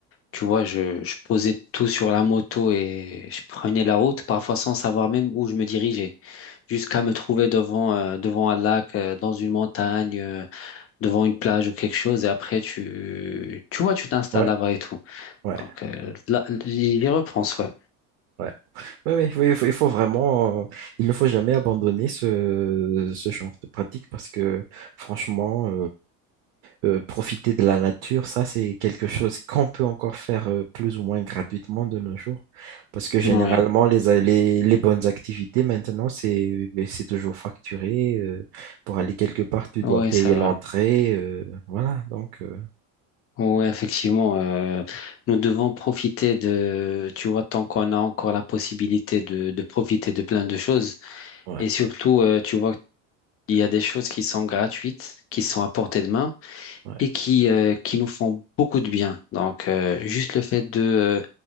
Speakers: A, on the left (about 35°); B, on the right (about 80°).
A: tu vois, je, je posais tout sur la moto et je prenais la route, parfois sans savoir même où je me dirigeais, jusqu'à me trouver devant, euh, devant un lac, euh, dans une montagne. euh, devant une plage ou quelque chose et après tu tu vois tu t'installes
B: ouais,
A: là-bas et tout.
B: ouais.
A: Donc euh, là, j'y repense, ouais.
B: ouais. ouais oui, oui, il faut, il faut vraiment, euh, il ne faut jamais abandonner ce, ce genre de pratique parce que franchement, euh, profiter de la nature, ça, c'est quelque chose qu'on peut encore faire euh, plus ou moins gratuitement de nos jours. Parce que généralement,
A: Ouais,
B: les, a- les, les bonnes activités maintenant, c'est, ben, c'est toujours facturé. euh, pour aller quelque part, tu
A: ouais,
B: dois payer
A: c'est vrai.
B: l'entrée. euh, voilà, donc, euh,
A: Ouais, effectivement, euh, nous devons profiter de, tu vois, tant qu'on a encore la possibilité de, de profiter de plein de choses.
B: ouais,
A: Et surtout, euh, tu vois, il y a des choses qui sont gratuites, qui sont à portée de main.
B: ouais,
A: et qui, euh, qui nous font beaucoup de bien. Donc, euh, juste le fait de, euh,